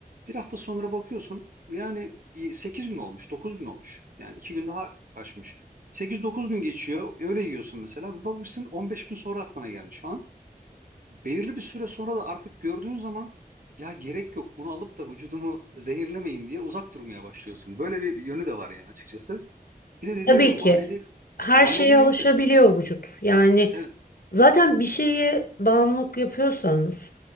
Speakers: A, on the right; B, on the left.
A: Bir hafta sonra bakıyorsun yani e, 8 gün olmuş 9 gün olmuş. Yani 2 gün daha aşmış. Sekiz dokuz gün geçiyor öyle yiyorsun mesela. Bir bakmışsın 15 gün sonra aklına gelmiş falan. Belirli bir süre sonra da artık gördüğün zaman ya gerek yok bunu alıp da vücudumu zehirlemeyeyim diye uzak durmaya başlıyorsun. Böyle bir yönü de var yani açıkçası. Bir de dediğin
B: Tabii
A: gibi manevi
B: ki her
A: manevi
B: şeye
A: yönü
B: alışabiliyor
A: de
B: vücut. Yani
A: Evet,
B: zaten bir şeye bağımlılık yapıyorsanız,